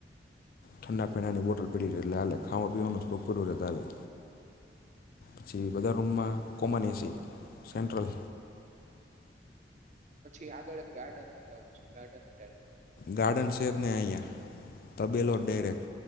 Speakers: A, on the left (about 55°); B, on the right (about 40°).
A: ઠંડા પેણાની બોટલ પડી એટલે આલે. ખાવા પીવાનું થોડું પડું રહે. પછી બધા રૂમમાં કોમન એસી સેન્ટ્રલ.
B: પછી આગળ એક ગાર્ડન લગાવવું છે. Garden type.
A: ગાર્ડન છે જ ને અહીંયા. તબેલો ડાયરેક્ટ,